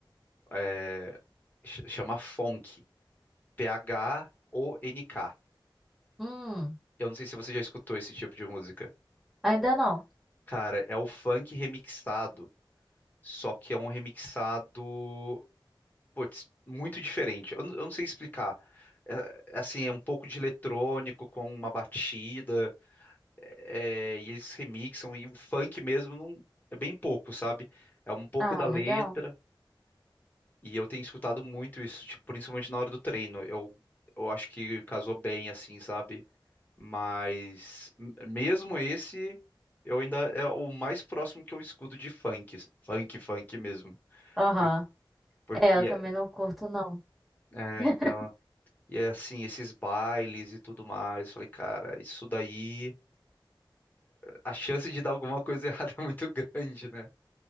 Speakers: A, on the left (about 20°); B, in the centre.
A: é, ch- chama funk, P-H-O-N-K.
B: Hum.
A: Eu não sei se você já escutou esse tipo de música.
B: Ainda não.
A: Cara, é o funk remixado, só que é um remixado, putz, muito diferente. Eu, não eu não sei explicar. É, é assim, é um pouco de eletrônico com uma batida, é, e eles remixam, e o funk mesmo não, é bem pouco, sabe? É um pouco
B: Ah,
A: da letra.
B: legal.
A: E eu tenho escutado muito isso, tipo, principalmente na hora do treino. Eu, eu acho que casou bem, assim, sabe? Mas m- mesmo esse, eu ainda é o mais próximo que eu escuto de funk, funk, funk mesmo.
B: Aham.
A: Por- por-
B: É,
A: e
B: eu também
A: é,
B: não curto, não.
A: é,
B: <laughs>
A: então, e é assim, esses bailes e tudo mais. Falei, cara, isso daí, a chance de dar alguma coisa <laughs> errada é muito grande, né?